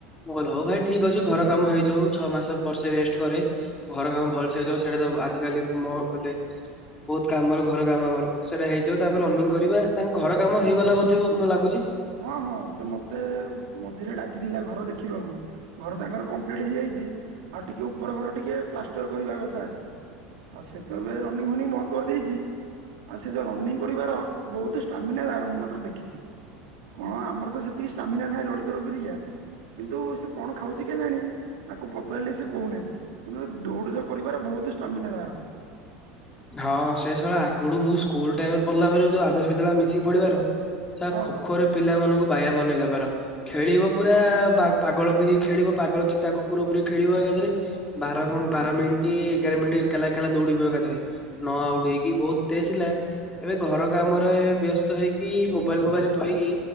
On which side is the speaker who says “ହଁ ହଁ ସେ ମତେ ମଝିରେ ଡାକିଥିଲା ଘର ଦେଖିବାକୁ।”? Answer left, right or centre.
Right